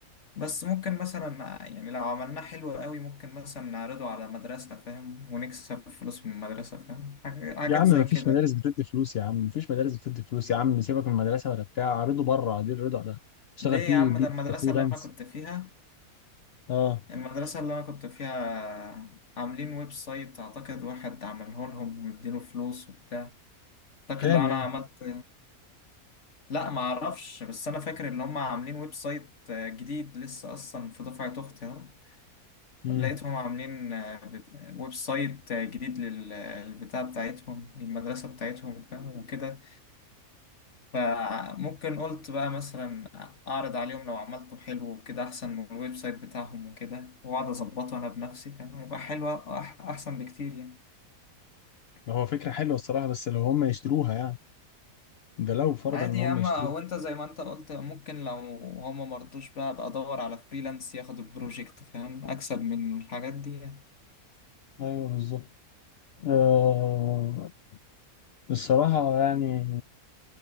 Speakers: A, on the left; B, on the left.
A: بس ممكن مثلا يعني لو عملناه حلو قوي ممكن مثلا نعرضه على مدرسة فاهم ونكسب فلوس من المدرسة فاهم حاجة- حاجات
B: يا عم
A: زي
B: ما
A: كده
B: فيش مدارس بتدي فلوس يا عم ما فيش مدارس بتدي فلوس يا عم سيبك من المدرسه ولا بتاع عرضه بره دي الرضا ده اشتغل
A: ليه
B: فيه
A: يا عم
B: بيه
A: ده المدرسة
B: في كفريلانس
A: اللي أنا كنت فيها
B: اه
A: المدرسة اللي أنا كنت فيها عاملين ويب سايت أعتقد واحد عمله لهم ومديله فلوس وبتاع أعتقد
B: كام
A: لو أنا
B: يعني
A: عملت لا ما أعرفش بس أنا فاكر إن هم عاملين ويب سايت آه، جديد لسه أصلا في دفعة أختي أهو
B: امم
A: لقيتهم عاملين آه، بت- ويب سايت آه، جديد للبتاع بتاعتهم المدرسة بتاعتهم فاهم وكده فممكن قلت بقى مثلا اعرض عليهم لو عملته حلو وكده احسن من الويب سايت بتاعهم وكده واقعد اظبطه انا بنفسي فاهم يبقى حلو أح- احسن بكتير يعني
B: هو فكره حلوه الصراحه بس لو هم يشتروها يعني ده لو فرضا
A: عادي
B: ان
A: يا
B: هم
A: اما
B: يشتروها
A: وانت زي ما انت قلت ممكن لو هما مرضوش بقى ابقى ادور على فريلانس ياخد البروجكت فاهم اكسب من الحاجات دي يعني
B: ايوه بالظبط آه الصراحه يعني